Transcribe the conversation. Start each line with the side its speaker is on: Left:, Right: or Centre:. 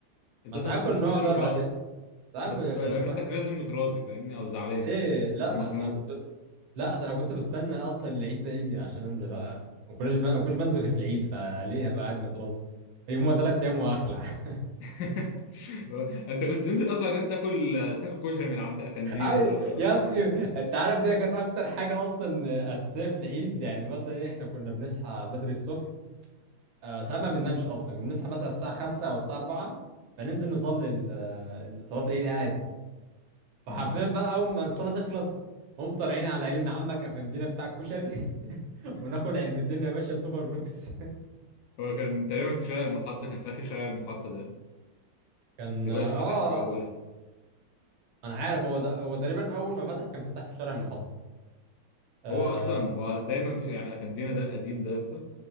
Left: انت
Right: ما
Left: اصلا
Right: ساعات
Left: كنت
Right: كنا
Left: بتنزل
Right: بنقعد
Left: متراضي
Right: اربع ايام ساعات
Left: بس
Right: ب-
Left: بتبقى
Right: كان بيبقى
Left: بحسك نازل متراضي فاهمني او زعلان
Right: ليه لا
Left: او مخنوق
Right: ده انا كنت لا ده انا كنت بستنى اصلا العيد ده يجي عشان انزل لا ما كناش ب... ما كنتش بنزل غير في العيد فليه هبقى قاعد متراز يوم ثلاث ايام وهخلع
Left: <laughs> هو انت كنت تنزل اصلا عشان تاكل تاكل كشري من عند افندينا
Right: <laughs> أي-
Left: ده وخلاص
Right: يا ابني انت عارف دي كانت اكتر حاجه اصلا اساسيه في العيد يعني مثلا إيه، احنا كنا بنصحى بدري الصبح آه، ساعات ما بننامش اصلا كنا بنصحى مثلا الساعه 5 او الساعه 4 فننزل نصلي ال- آه، صلاه العيد عادي فحرفيا
Left: مم.
Right: بقى اول ما الصلاه تخلص هم طالعين على يمين عمك افندينا بتاع الكشري <laughs>
Left: <laughs>
Right: وناكل علبتين يا باشا سوبر لوكس
Left: هو كان تقريبا في شارع المحطة كان في آخر شارع المحطة ده
Right: <laughs> كان
Left: دلوقتي
Right: اه
Left: فتح في أولها
Right: انا عارف هو ده هو تقريبا اول ما فتح كان فتح في شارع المحطه اه
Left: هو أصلا هو دايما في يعني أفندينا ده القديم ده يا اسطى